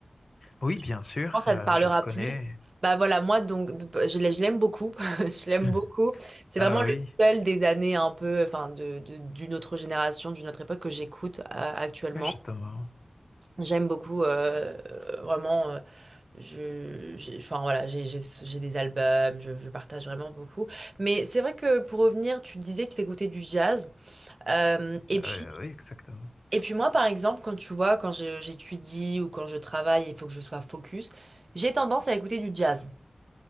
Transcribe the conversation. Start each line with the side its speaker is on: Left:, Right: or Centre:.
Right: Je
Left: Oui, bien sûr,
Right: pense que
Left: euh,
Right: ça te parlera
Left: je le connais.
Right: plus. Bah voilà, moi donc je l'ai- je l'aime beaucoup. <laughs> Je l'aime
Left: <clears throat>
Right: beaucoup. C'est
Left: Ah
Right: vraiment le
Left: oui,
Right: seul des années un peu, enfin de, de- d'une autre génération, d'une autre époque que j'écoute euh, actuellement.
Left: oui, justement.
Right: J'aime beaucoup euh, vraiment. euh, Je, j'ai, enfin voilà, j'ai j'ai- j'ai des albums, je, je partage vraiment beaucoup. Mais c'est vrai que pour revenir, tu disais que tu écoutais du jazz. Euh, et
Left: Euh,
Right: puis,
Left: oui, exactement.
Right: et puis moi, par exemple, quand tu vois, quand je- j'étudie ou quand je travaille, il faut que je sois focus, j'ai tendance à écouter du jazz.